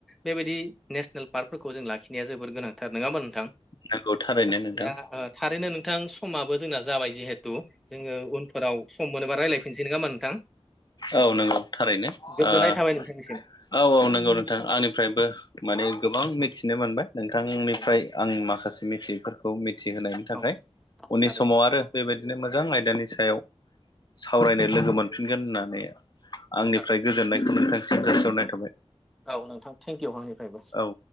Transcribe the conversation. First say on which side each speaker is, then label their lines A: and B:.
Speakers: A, in the centre; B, on the left.
A: बेबायदि नेसनेल पार्कफोरखौ जों लाखिनाया जोबोद गोनां थार नङा होमबाथ नोंथां
B: नंगौ थारैनो नोंथां
A: दा ओ थारैनो नोंथां समाबो जोंना जाबाय जिहेथु। जोङो उनफोराव सम मोनोबा रायज्लायफिनसै नङा होमबा नोंथां,
B: औ नंगौ थारैनो
A: गोजोननाय
B: ओ
A: थाबाय नोंथांनिसिम
B: औ औ नंगौ नोंथां आंनिफ्रायबो, माने गोबां
A: औ
B: मिथिनो मोनबाय नोंथांनिफ्राय
A: औ
B: आं माखासे मिथि फोरखौ मिथिहोनायनि थाखाय
A: औ
B: उननि
A: थारैनो
B: समाव आरो बेबायदिनो मोन मोजां आयदानि सायाव सावरायनो लोगो मोनफिनगोन होननानै, आंनिफ्राय
A: जागोन
B: गोजोननायखौ नोंथांसिम जासिहरनाय थाबाय,
A: औ नोंथां थेंक इउ आंनिफ्रायबो,
B: औ